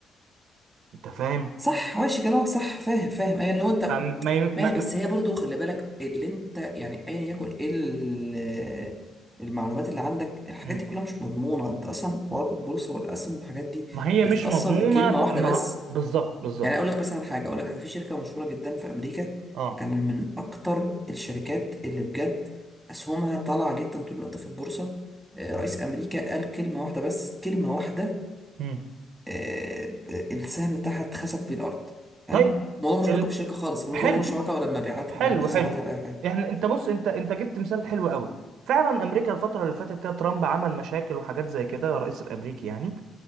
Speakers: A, on the right; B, in the centre.
A: أنت فاهم؟
B: صح ماشي كلامك صح فاهم فاهم ايه لو انت
A: أم- ما ي- ما
B: ماشي بس
A: ما
B: هي برضو خلي بالك اللي انت يعني ايا يكن ايه ال- المعلومات اللي عندك الحاجات
A: مم.
B: دي كلها مش مضمونه انت اصلا حوارات البورصه والاسهم والحاجات دي
A: ما هي
B: بتتاثر
A: مش مضمونة
B: بكلمه
A: ب-
B: واحده
A: ما
B: بس
A: بالظبط بالظبط
B: يعني اقول لك مثلا حاجه اقول لك حاجه في شركه مشهوره جدا في امريكا
A: أه
B: كان من اكتر الشركات اللي بجد اسهمها طالعه جدا طول الوقت في البورصه آه، رئيس امريكا قال كلمه واحده بس كلمه واحده
A: مم.
B: آه، السهم بتاعها اتخسف في الارض فاهم
A: طيب
B: الموضوع ملوش
A: ال...
B: علاقه بالشركه خالص الموضوع
A: حلو
B: ملوش علاقه ولا بمبيعاتها
A: حلو
B: ولا بخسارتها
A: حلو
B: ولا اي حاجه
A: احنا انت بص انت انت جبت مثال حلو قوي فعلا امريكا الفتره اللي فاتت كده ترامب عمل مشاكل وحاجات زي كده الرئيس الامريكي يعني